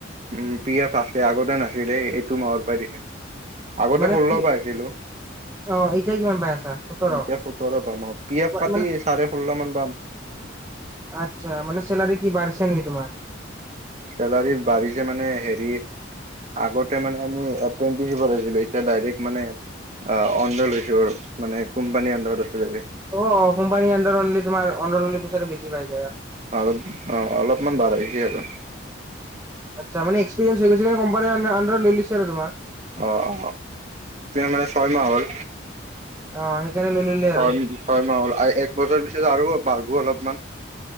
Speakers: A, on the right; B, on the right.
A: উম পি এফ আছে। আগতে নাছিলেই এইটো মাহৰ পাই দিছে। আগতে
B: মানে
A: ষোল্ল
B: পি
A: পাইছিলো।
B: অ এতিয়া কিমান পাই আছা? সোতৰ
A: এতিয়া সোতৰ পাম আৰু পি এফ কাটি
B: মানে
A: চাৰে ষোল্ল মান পাম।
B: আচ্ছা মানে চেলাৰী কি বাঢ়ছে নেকি তোমাৰ?
A: চেলাৰী বাঢ়িছে মানে হেৰি, আগতে মানে আমি এপেন্টিচত কৰিছিলোঁ। এতিয়া ডাইৰেক্ট মানে অন লৈ লৈছো আৰু মানে কোম্পানীৰ আন্দাৰত আছিলে।
B: অ কোম্পানী আণ্ডাৰলি তোমাৰ অনৰল পইচাটো বেছি পায়।
A: অ অ অলপমান বাঢ়ে। দিয়ে আৰু।
B: আচ্ছা মানে, এক্সপেৰিয়েঞ্চ হৈ গৈছে কোম্পানী লৈ লৈছে আৰু তোমাক।
A: অ অ মানে ছয় মাহ হল,
B: অ সেইকাৰণে লৈ ললে
A: ছয়
B: আৰু
A: ছয় মাহ হল। এক বছৰ পিছত আৰু, বাঢ়িব অলপমান।